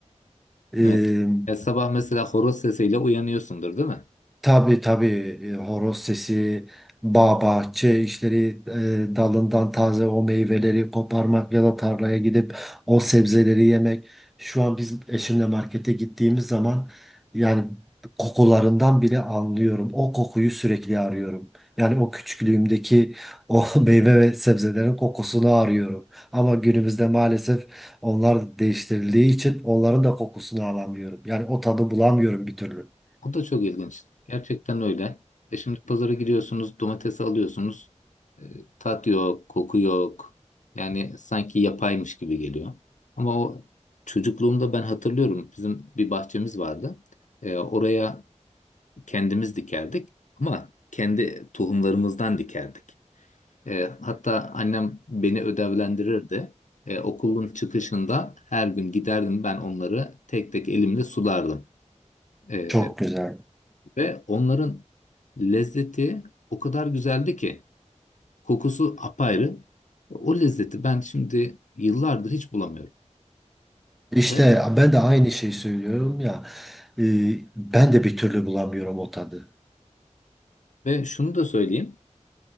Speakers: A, in the centre; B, on the left.
A: Ee,
B: Evet. Ya sabah mesela horoz sesiyle uyanıyorsundur, değil mi?
A: Tabii tabii E, horoz sesi, bağ bahçe işleri e, dalından taze o meyveleri koparmak ya da tarlaya gidip o sebzeleri yemek. Şu an biz eşimle markete gittiğimiz zaman yani kokularından bile anlıyorum. O kokuyu sürekli arıyorum. Yani o küçüklüğümdeki o <laughs> meyve ve sebzelerin kokusunu arıyorum. Ama günümüzde maalesef onlar değiştirildiği için onların da kokusunu alamıyorum. Yani o tadı bulamıyorum bir türlü.
B: O da çok ilginç. Gerçekten öyle. E şimdi pazara gidiyorsunuz, domatesi alıyorsunuz. E, tat yok, koku yok. Yani sanki yapaymış gibi geliyor. Ama o çocukluğumda ben hatırlıyorum. Bizim bir bahçemiz vardı. E, oraya kendimiz dikerdik. Ama kendi tohumlarımızdan dikerdik. E, hatta annem beni ödevlendirirdi. E, okulun çıkışında her gün giderdim ben onları tek tek elimle sulardım. E,
A: Çok güzel.
B: ve onların lezzeti o kadar güzeldi ki kokusu apayrı. O lezzeti ben şimdi yıllardır hiç bulamıyorum.
A: İşte
B: Ve,
A: ben de aynı şeyi söylüyorum ya. e, Ben de bir türlü bulamıyorum o tadı.
B: ve şunu da söyleyeyim.